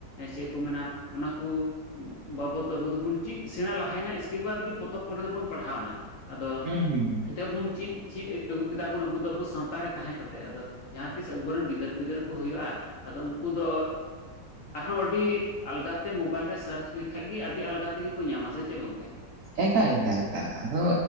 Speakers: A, on the left; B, on the right.
A: ᱪᱮᱫ ᱠᱚ ᱢᱮᱱᱟ ᱚᱱᱟ ᱠᱩ ᱵᱟᱵᱚᱫ ᱫᱚ ᱟᱵᱚ ᱫᱚᱵᱚᱱ ᱪᱤᱫ ᱥᱮᱬᱟ ᱞᱟᱦᱟᱭᱱᱟ ᱤᱥᱠᱮᱵᱟᱫᱽ ᱜᱮ ᱯᱚᱛᱚᱵ ᱠᱚᱨᱮ ᱫᱚᱵᱚᱱ ᱯᱟᱲᱦᱟᱣᱱᱟ᱾ ᱟᱫᱚ
B: ᱦᱩᱸ ᱦᱩᱸ ᱦᱩᱸ
A: ᱫᱮᱵᱚᱱ ᱪᱤᱫ ᱪᱤᱫ ᱟᱹᱜᱩ ᱠᱮᱫᱟ ᱵᱚᱱ ᱟᱵᱩ ᱫᱚ ᱟᱵᱩ ᱥᱟᱶᱛᱟᱨ ᱨᱮ ᱛᱟᱦᱮᱸ ᱠᱟᱛᱮ ᱟᱫᱚ ᱡᱟᱦᱟᱸ ᱛᱤᱥ ᱟᱵᱚᱨᱮᱱ ᱜᱤᱫᱟᱹᱨ ᱯᱤᱫᱟᱹᱨ ᱠᱚ ᱦᱩᱭᱩᱜᱼᱟ᱾ ᱟᱫᱚ ᱩᱱᱠᱩ ᱫᱚ ᱟᱨᱦᱚᱸ ᱟᱹᱰᱤ ᱟᱞᱜᱟᱛᱮ ᱢᱳᱵᱟᱭᱤᱞ ᱨᱮ ᱥᱟᱨᱪ ᱞᱮᱠᱷᱟᱡ ᱜᱮ ᱟᱹᱰᱤ ᱟᱞᱜᱟ ᱛᱮᱜᱮ ᱠᱚ ᱧᱟᱢᱟ ᱥᱮ ᱪᱮᱫ ᱜᱚᱝᱠᱮ
B: ᱮᱠᱟᱞ ᱮᱠᱟᱞ ᱮᱠᱟᱞ ᱟᱫᱚ